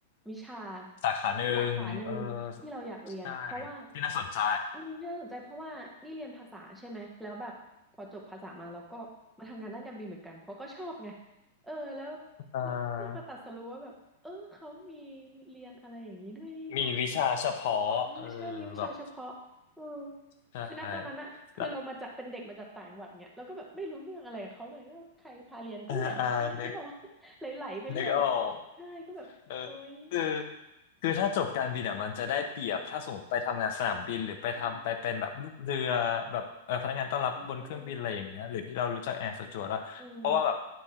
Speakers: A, in the centre; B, on the left.
A: วิชา
B: สาขาหนึ่งเออ
A: สาขาหนึ่งที่เราอยากเรียนอ่ะเพราะว่า
B: ใช่ที่น่าสนใจ
A: อืมที่น่าสนใจเพราะว่านี่เรียนภาษาใช่ไหมแล้วแบบพอจบภาษามาแล้วก็มาทำงานด้านการบินเหมือนกันเพราะก็ชอบไงเออแล้ว
B: เอ่อ
A: แล้วก็เพิ่งมาตัดสรู้ว่าแบบเออเขามีเรียนอะไรอย่างนี้ด้วยนี่นะ
B: มีวิชาเฉพาะเออ
A: อ่าใช่มีวิชาเฉพาะเออ
B: แบบใช่
A: คือณตอนนั้นอะคือเรามาจากเป็นเด็กมาจากต่างจังหวัดเนี่ยแล้วก็แบบไม่รู้เรื่องอะไรกับเขาเลยก็ใครพาเรียนก็เรียนอะไรนึกออกปะ
B: แล้วอ่าอ่านึก
A: <laughs> ไหลๆไปเรื่อยอะใช่ก็แบบโอ้ย
B: นึกออก เออคือคือถ้าจบการบินอ่ะมันจะได้เปรียบถ้าสมมติไปทำงานสนามบินหรือไปทำไปเป็นแบบลูกเรือแบบเออพนักงานต้อนรับบนเครื่องบินอะไรอย่างเงี้ยหรือที่เรารู้จักแอร์สจวตอะเพราะว่าแบบ
A: อืมอืมเออเออเออ